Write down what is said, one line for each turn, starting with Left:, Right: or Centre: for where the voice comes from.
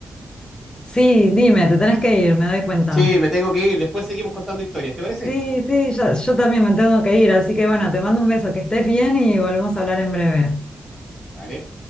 Left: sí, dime, te tenés que ir, me doy cuenta.
Centre: Sí, me tengo que ir. Después seguimos contando historias, ¿te parece?
Left: Sí, sí, yo, yo también me tengo que ir, así que bueno, te mando un beso, que estés bien y volvemos a hablar en breve.
Centre: Vale.